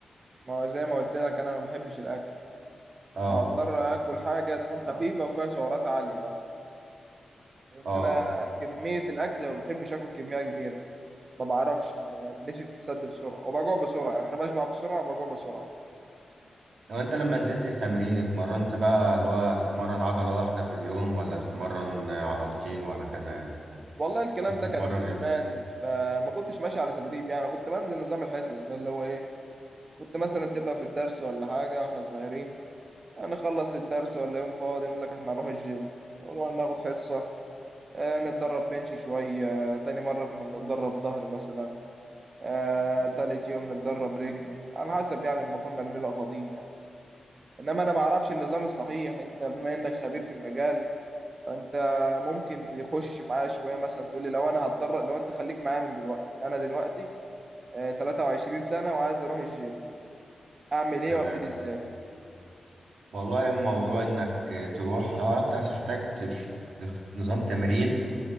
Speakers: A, on the right (about 30°); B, on the right (about 80°).
A: ما هو زي ما قلت لك أنا ما بحبش الأكل
B: اه
A: فهضطر آكل حاجة تكون خفيفة وفيها سعرات عالية مثلا لأن
B: اه
A: أنا كمية الأكل ما بحبش آكل كمية كبيرة ما بعرفش نفسي بتتسد بسرعة وبجوع بسرعة يعني أنا بشبع بسرعة وبجوع بسرعة
B: لو انت لما نزلت تمرين اتمرنت بقى اللي هو تتمرن عضلة واحدة في اليوم ولا تتمرن آه، عضلتين وهكذا يعني
A: والله الكلام
B: انت بتتمرن
A: ده كان من زمان
B: ايه
A: فما كنتش ماشي على تدريب يعني كنت بنزل نظام الحصص ده اللي هو ايه كنت مثلا تبقى في الدرس ولا حاجة واحنا صغيرين هنخلص الدرس ولا يوم فاضي نقول لك احنا هنروح الجيم نروح ناخد حصة آه نتدرب بنش شوية تاني مرة كنا بنتدرب ظهر مثلا آه تالت يوم نتدرب رجل على حسب يعني ما كنا بنبقى فاضيين يعني انما انا ما اعرفش النظام الصحيح انت بما انك خبير في المجال فانت ممكن تخش معايا شويه مثلا تقول لي لو انا هتدرب لو انت خليك معايا من دلوقتي انا دلوقتي آه 23 سنه وعايز اروح الجيم اعمل ايه
B: تمام
A: وابتدي ازاي
B: والله الموضوع انك آه، تروح او انت هتحتاج ت- ت- نظام تمرين